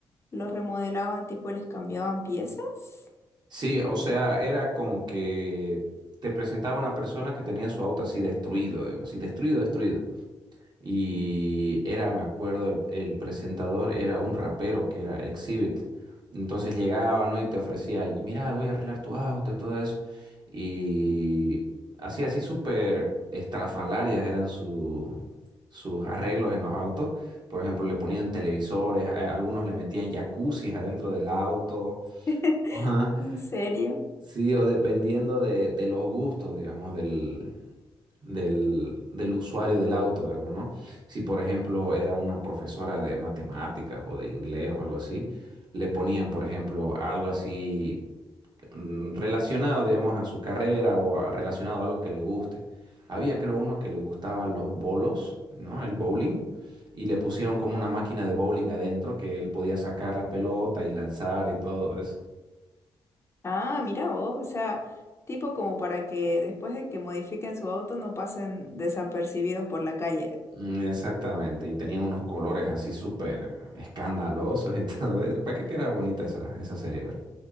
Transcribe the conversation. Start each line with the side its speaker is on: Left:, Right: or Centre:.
Left: los remodelaban, tipo, les cambiaban piezas.
Right: Sí, o sea, era como que te presentaba una persona que tenía su auto así destruido, digamos, así destruido, destruido. Y era, me acuerdo, el, el presentador era un rapero que era Exhibit. Entonces llegaba, ¿no? Y te ofrecía, "Y mira, voy a arreglar tu auto y todo eso. Y así, así súper estrafalarias eran su- sus arreglos en los autos. Por ejemplo, le ponían televisores, a- a algunos le metían jacuzzis adentro del auto.
Left: <laughs>
Right: Ajá.
Left: ¿En serio?
Right: Sí, o dependiendo de, de los gustos, digamos, del, del, del usuario del auto, digamos, ¿no? Si, por ejemplo, era una profesora de matemáticas o de inglés o algo así, le ponían, por ejemplo, algo así mm, relacionado, digamos, a su carrera o a- relacionado a algo que le guste. Había, creo, uno que le gustaba los bolos, ¿no? El bowling. Y le pusieron como una máquina de bowling adentro que él podía sacar la pelota y lanzar y todo eso.
Left: Ah, mira vos, o sea, tipo como para que después de que modifiquen su auto no pasen desapercibidos por la calle.
Right: Mm, Exactamente, y tenían unos colores así súper escandalosos y <laughs> todo. eso. ¿Para qué que era bonita esa, esa serie, güey?